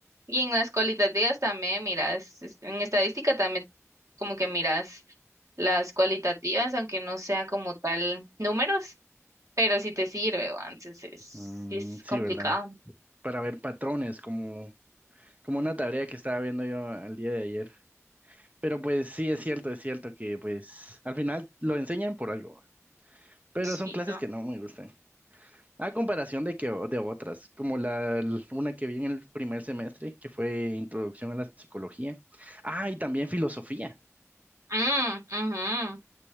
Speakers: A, on the right; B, on the right.
A: Y en las cualitativas también miras, es- en estadística también como que miras las cualitativas, aunque no sea como tal números, pero sí te sirve, va. Entonces
B: Mm,
A: sí es
B: sí,
A: complicado.
B: ¿verdad? Para ver patrones, como, como una tarea que estaba viendo yo el día de ayer. Pero pues sí, es cierto, es cierto que pues al final lo enseñan por algo, pero
A: Sí,
B: son clases que no me gustan. A comparación de que de otras, como la una que vi en el primer semestre, que fue Introducción a la Psicología. Ah, y también filosofía.
A: Mm, ujú,